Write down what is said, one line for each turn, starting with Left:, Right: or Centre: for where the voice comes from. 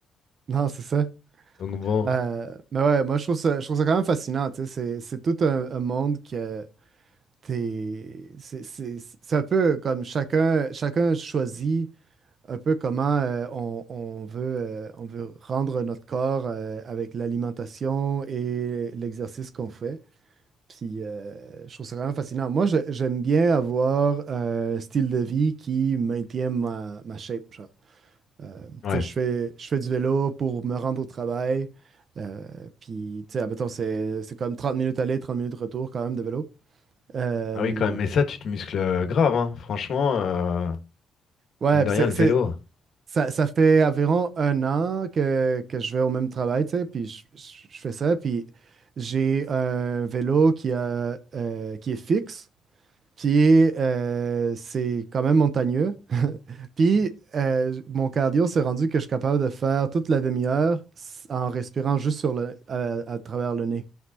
Right: Non, c'est ça.
Left: donc bon.
Right: Euh, mais ouais, moi je trouve ça, je trouve ça quand même fascinant, tu sais, c'est c'est tout un, un monde que t'es, c'est c'est- c'est un peu comme chacun, chacun choisit un peu comment euh, on, on veut, euh, on veut rendre notre corps euh, avec l'alimentation et l'exercice qu'on fait. Puis euh, je trouve ça quand même fascinant. Moi je- j'aime bien avoir un style de vie qui maintient ma, ma shape, euh,
Left: Ouais.
Right: tu sais, je fais, je fais du vélo pour me rendre au travail. Euh, puis, tu sais, admettons, c'est, c'est comme 30 minutes aller, 30 minutes retour quand même de vélo. Euh,
Left: Ah oui, quand même. Mais ça, tu te muscles euh, grave, hein. Franchement, euh,
Right: ouais,
Left: mine de
Right: puis
Left: rien,
Right: c'est,
Left: le
Right: c'est-
Left: vélo.
Right: ça, ça fait environ un an que, que je vais au même travail, tu sais, puis je, je- je fais ça. Puis j'ai un vélo qui a, euh, qui est fixe. Puis euh, c'est quand même montagneux. <laughs> Puis euh, mon cardio s'est rendu que je suis capable de faire toute la demi-heure s- en respirant juste sur le, à, à travers le nez.